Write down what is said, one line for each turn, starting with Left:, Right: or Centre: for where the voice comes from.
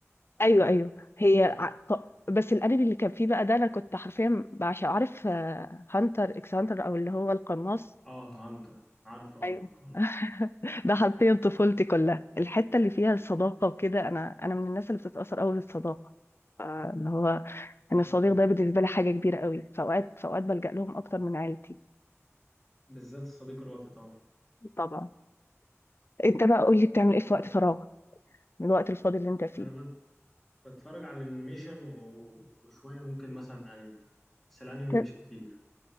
Left: ايوه ايوه هي
Centre: بس
Left: ع- ط- بس الانمي اللي كان فيه بقى ده انا كنت حرفيا عشان عارف آه، هانتر اكس هانتر او اللي هو القناص
Centre: اه هانتر عارف ارهق
Left: ايوه
Centre: هانتر
Left: <laughs> ده حرفيا طفولتي كلها الحته اللي فيها الصداقه وكده انا انا من الناس اللي بتتاثر قوي بالصداقه آه، اللي هو
Centre: مم.
Left: ان الصديق ده بالنسبه لي حاجه كبيره قوي فاوقات فاوقات بلجأ لهم اكتر من عيلتي
Centre: بالذات الصديق الوفي طبعا
Left: طبعا انت بقى قول لي بتعمل ايه في
Centre: اه
Left: وقت فراغك من الوقت الفاضي اللي انت فيه
Centre: انا بت- بتفرج على الانيميشن و- وشويه ممكن مثلا انمي بس الانمي
Left: بت-
Centre: مش كتير